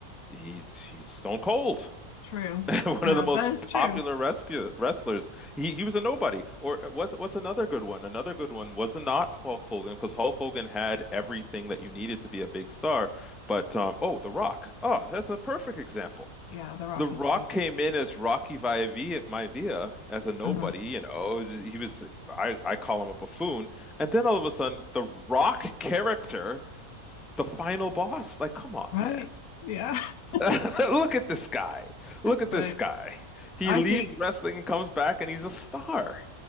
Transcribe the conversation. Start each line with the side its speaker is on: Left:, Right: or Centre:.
Centre: he's he's Stone Cold.
Left: True.
Centre: <laughs> one
Left: Yeah,
Centre: of the most
Left: that is
Centre: popular
Left: true.
Centre: rescue wrestlers. He he was a nobody. Or uh, what's what's another good one? Another good one was not Hulk Hogan because Hulk Hogan had everything that you needed to be a big star. But um, oh, The Rock. Oh, that's a perfect example.
Left: Yeah, The Rock
Centre: The Rock
Left: is huge.
Centre: came in as Rocky Maivia, Maivia as a nobody,
Left: Uh-huh.
Centre: you know. He was I, I call him a buffoon. And then all of a sudden, the Rock character, the final boss, like come on,
Left: Right.
Centre: man.
Left: Yeah. <laughs>
Centre: <laughs> Look at this guy. Look at
Left: Right.
Centre: this guy. He
Left: I
Centre: leaves
Left: think,
Centre: wrestling and comes back and he's a star.